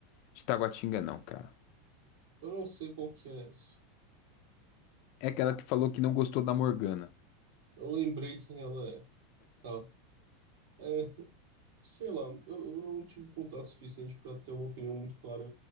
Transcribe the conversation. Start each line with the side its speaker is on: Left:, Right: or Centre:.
Left: de Taguatinga, não, cara.
Right: Eu não sei qual que é essa.
Left: É aquela que falou que não gostou da Morgana.
Right: Eu lembrei quem ela é. Tá. É, sei lá, eu, eu não tive contato suficiente para ter uma opinião muito clara